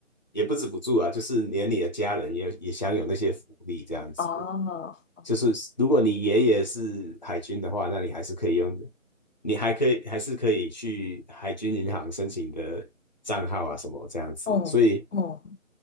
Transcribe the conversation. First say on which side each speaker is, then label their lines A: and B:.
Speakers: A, on the left (about 35°); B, on the left (about 70°).
A: 也不止不住啊，就是连你的家人也也享有那些福利这样子。
B: 哦，
A: 就是如果你爷爷是海军的话，那你还是可以用，你还可以还是可以去海军银行申请的账号啊什么这样子。
B: 哦哦
A: 所以